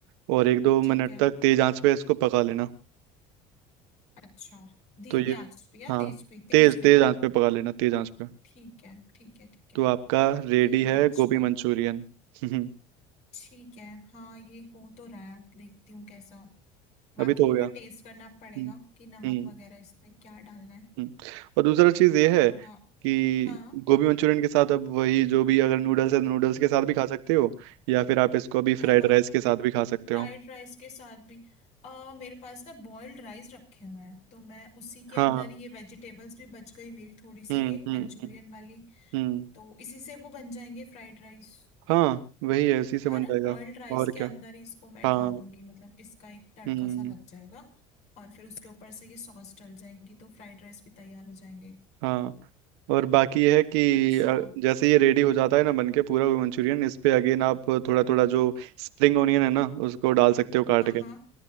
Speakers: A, on the right; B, on the left.
A: और एक दो
B: ठीक
A: मिनट
B: है
A: तक तेज आंच पे इसको पका लेना
B: अच्छा धीमी
A: तो ये
B: आंच पे या
A: हाँ
B: तेज पे
A: तेज
B: तेज पे
A: तेज
B: है ना
A: आंच पे पका लेना तेज आंच पे
B: ठीक है ठीक है ठीक है
A: तो आपका रेडी
B: तेज
A: है
B: आंच
A: गोभी
B: पे
A: मंचूरियन हम्म,
B: ठीक है हाँ ये हो तो रहा है देखती हूँ कैसा हो। बाकी
A: अभी तो
B: एक
A: हो गया
B: बार टेस्ट करना
A: हम्म
B: पड़ेगा कि नमक
A: हम्म
B: वगैरह इसमें क्या डालना है
A: हम्म। और दूसरा चीज़ ये है
B: थोड़ा
A: कि
B: हाँ
A: गोभी मंचूरियन के साथ अब वही जो भी अगर नूडल्स है तो नूडल्स के साथ भी खा सकते हो या फिर आप इसको अभी
B: हाँ
A: फ्राइड
B: हाँ
A: राइस के साथ भी खा सकते
B: फ्राइड
A: हो
B: राइस के साथ भी आ, मेरे पास ना बॉइल्ड राइस रखे हुए हैं तो मैं उसी के
A: हाँ
B: अंदर ये वेजिटेबल्स भी बच गई मेरी थोड़ी सी
A: हम्म
B: ये
A: हम्म
B: मंचूरियन
A: हम्म
B: वाली
A: हम्म।
B: तो इसी से वो बन जाएंगे फ्राइड राइस
A: हाँ वही है उसी से
B: हाँ
A: बन
B: ना
A: जाएगा
B: बॉइल्ड राइस
A: और
B: के
A: क्या
B: अंदर ही इसको मैं
A: हाँ
B: डाल दूंगी मतलब इसका एक तड़का
A: हम्म
B: सा लग जाएगा और फिर उसके ऊपर से ये सॉस डल जाएंगी तो फ्राइड राइस भी तैयार हो जाएंगे
A: हाँ और बाकी ये है कि
B: अच्छा
A: अ, जैसे ये रेडी हो जाता है ना बन के पूरा वो मंचूरियन इस पे अगेन आप थोड़ा थोड़ा जो स्प्रिंग ओनियन है ना उसको डाल सकते हो काट
B: हाँ हाँ